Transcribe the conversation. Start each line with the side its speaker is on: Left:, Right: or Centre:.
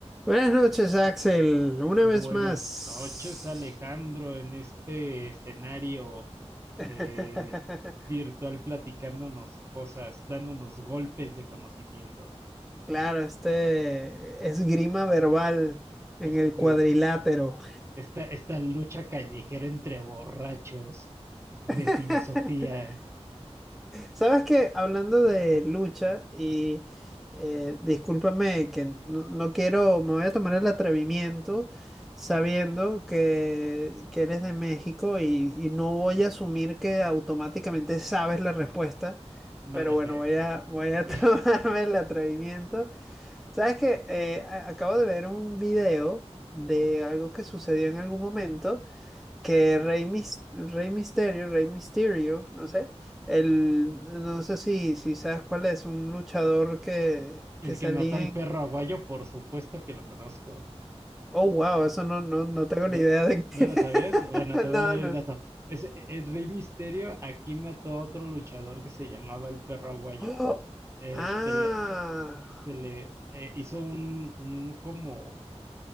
Centre: Buenas noches, Axel. Una
Right: Buenas
Centre: vez más.
Right: noches, Alejandro, en este escenario
Centre: <laughs>
Right: eh, virtual platicándonos cosas, dándonos golpes de conocimiento.
Centre: Claro, este esgrima verbal en
Right: Este,
Centre: el cuadrilátero.
Right: esta, esta lucha callejera entre borrachos de
Centre: <laughs>
Right: filosofía,
Centre: Sabes que hablando de lucha, y eh, discúlpame que no, no quiero, me voy a tomar el atrevimiento sabiendo que, que eres de México y, y no voy a asumir que automáticamente sabes la respuesta.
Right: no
Centre: Pero
Right: la
Centre: bueno,
Right: sé.
Centre: voy a, voy a
Right: <laughs>
Centre: <laughs> tomarme el atrevimiento. ¿Sabes qué? Eh, a- acabo de ver un video de algo que sucedió en algún momento que Rey, Mis- Rey Mysterio Rey Mysterio, no sé, el, no sé si, si sabes cuál es, un luchador que,
Right: El
Centre: que salía
Right: que mató al
Centre: en...
Right: perro aguayo, por supuesto que lo conozco.
Centre: Oh, wow, eso no, no, no tengo
Right: ¿No,
Centre: ni idea de
Right: no
Centre: qué.
Right: lo
Centre: <laughs>
Right: sabías? Bueno, te voy
Centre: No,
Right: a dar
Centre: no.
Right: el dato. Es, el Rey Misterio aquí mató a otro luchador que se llamaba el perro aguayo.
Centre: Oh,
Right: Este,
Centre: ah,
Right: le, se le eh, hizo un, un como,